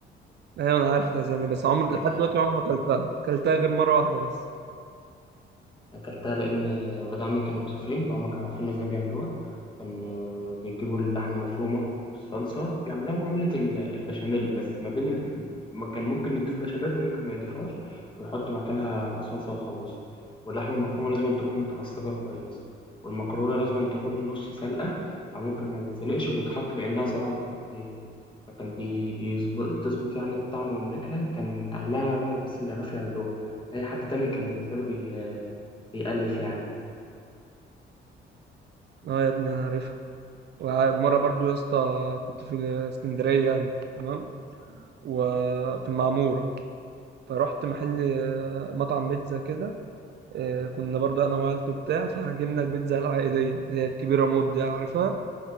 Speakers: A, on the right; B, on the left.
A: ايوه انا عارف لازانيا
B: كانت
A: بس عمر
B: آه،
A: لحد دلوقتي عمري ما اكلتها اكلتها غير مره واحده بس
B: أكلتها لأن ولاد عمي كانوا مسافرين فهم كانوا عارفين إزاي بيعملوها كان آه، بيجيبوا اللحمة المفرومة والصلصة بيعملوها معاملة ال- البشاميل بس ما بين ال- ما كان ممكن يضيف بشاميل وممكن ما يضيفهاش ويحط مكانها صلصة وخلاص واللحمة المفرومة لازم تكون متعصجة كويس والمكرونة لازم تكون نص سلقة أو ممكن ما تتسلقش وتتحط لأنها سريعة التحضير فكان بي بيظبط بتظبط يعني الطعم والنكهة كان أهلها هم بس اللي يعرفوا يعملوها أي حد تاني كان بالنسبة له بي بيألف يعني
A: اه يا ابني انا عارفها ومرة برضو يا اسطى كنت في اسكندرية أنا تمام وفي المعمورة فرحت محل آه، مطعم بيتزا كده آه، كنا برضو أنا وعيلته بتاع فجبنا البيتزا العائلية اللي هي الكبيرة موت دي عارفها